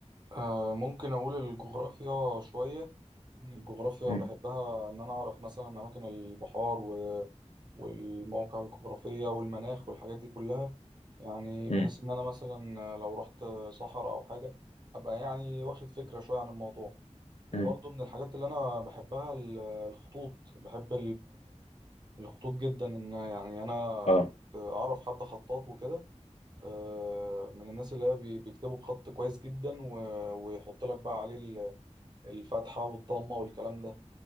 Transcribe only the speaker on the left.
امم
امم
امم
اه